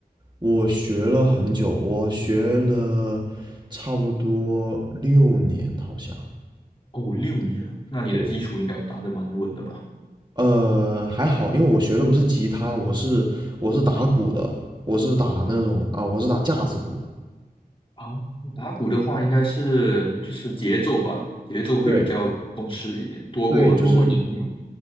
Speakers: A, on the right (about 25°); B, on the left (about 30°).
A: 我学了很久，我学了差不多六年，好像。
B: 哦，六年了，那你的基础应该打得蛮稳的吧？
A: 对，呃，还好，因为我学的不是吉他，我是我是打鼓的，我是打那种啊、我是打架子鼓的。
B: 啊，打鼓的话，应该是就是节奏吧，节奏会比较重视一点，
A: 对。
B: 多过多过音调
A: 对，就是